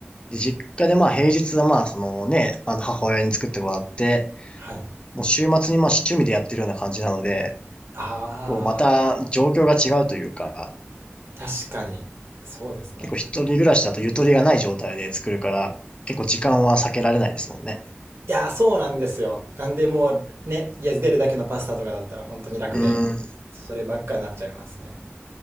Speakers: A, on the left (about 25°); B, on the right (about 70°).
A: で、実家でまあ平日はまあそのね、あの母親に作ってもらって、
B: はい。
A: もう週末にまあ趣味でやってるような感じなので、
B: ああ、
A: こうまた状況が違うというか、
B: 確かに。そうですね。
A: 結構一人暮らしだとゆとりがない状態で作るから、結構時間は避けられないですもんね。
B: いやー、そうなんですよ。なんでもうね、いや茹でるだけのパスタとかだったら本当に楽で、
A: うん。確
B: そればっかになっちゃいますね。